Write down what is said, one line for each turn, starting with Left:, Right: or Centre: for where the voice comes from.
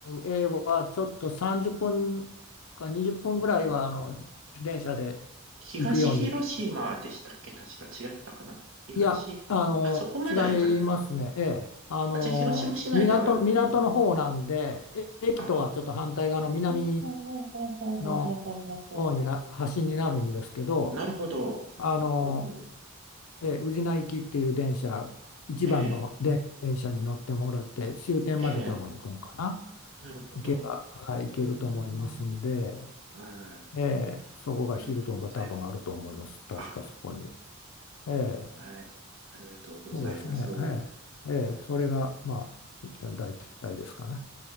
Left: A はちょっと30分か20分ぐらいはあの電車で
Right: 東広島でしたっけ確か違ったかな東、
Left: 行くようにいや、あの、
Right: あ、そこまでは行かないのか。
Left: 違いますね。ええ。あの、
Right: あ、じゃあ広島市内ではあると。
Left: 港、港の方なんで、
Right: うん。
Left: え駅とはちょっと反対側の南
Right: ああ。ほうほうほうほうほうほうほうほうほうほうほ
Left: の方にな、端になるんですけど、
Right: うなるほど。
Left: あの、
Right: うん。
Left: ええ、宇品行きっていう電車、一番ので電車に乗ってもらって、
Right: ええ、
Left: 終点まで多分行くんかな。
Right: ええ、なるほど。
Left: 行けば、はい、行けると思いますんで、
Right: うーん。はい。
Left: ええ、そこがヒルトンが多分あると思います。
Right: ありがとうございます。
Left: 確かそこに。
Right: あ、
Left: ええ。
Right: まはい。ありがとうございます。
Left: そうですね。ええ、ええ、それが、まあ、ひ大体ですかね。